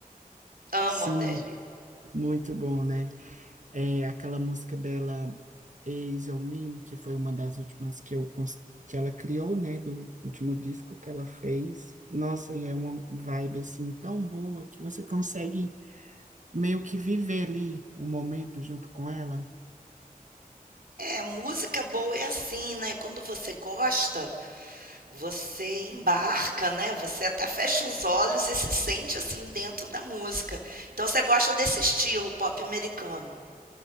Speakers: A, on the right; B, on the right.
A: amo
B: Sim,
A: Adele.
B: muito bom, né? É aquela música dela, Eyes on Me, que foi uma das últimas que eu cons- que ela criou, né, do último disco que ela fez. Nossa, e é uma vibe assim tão boa que você consegue meio que viver ali o momento junto com ela.
A: É, música boa é assim, né? Quando você gosta, você embarca, né? Você até fecha os olhos e se sente assim dentro da música. Então você gosta desse estilo pop americano.